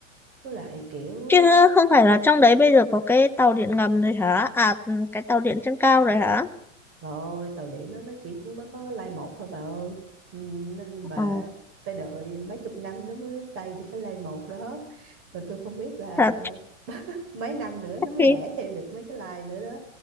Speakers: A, on the right (about 35°); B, in the centre.
A: Với lại kiểu
B: Chứ
A: ờ,
B: không phải là trong đấy bây giờ có cái tàu điện ngầm rồi hả? À, ừ, cái tàu điện trên cao rồi hả?
A: trời ơi tàu điện nó nó chỉ mới có lai một thôi bà ơi. Ừ, Nên
B: Ờ,
A: bà phải đợi mấy chục năm nó mới xây được cái lai một đó. Mà tôi không biết là
B: thật
A: mấy năm nữa nó
B: chắc
A: mới
B: khi
A: đẻ thêm được mấy cái like nữa đó